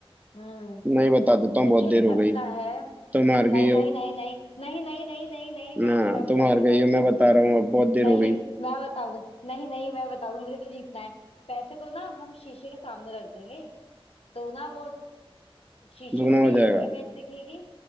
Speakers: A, on the left; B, on the right.
A: हम्म
B: नहीं बता देता हूँ
A: मुझे
B: बहुत देर
A: लगता
B: हो गई
A: है
B: तुम हार
A: नहीं
B: गई
A: नहीं
B: हो
A: नहीं नहीं नहीं नहीं नहीं नहीं नहीं नहीं
B: ना
A: मैं बताऊंगी
B: तुम हार
A: मैं
B: गई
A: बताऊंगी
B: हो मैं बता रहा हूँ अब बहुत देर
A: नहीं
B: हो गई
A: मैं बताऊंगी नहीं नहीं मैं बताऊंगी मुझे जीतना है पैसे को ना हम शीशे के सामने रख देंगे तो ना वो शीशे
B: दुगना
A: में भी
B: हो
A: एक
B: जाएगा
A: इमेज दिखेगी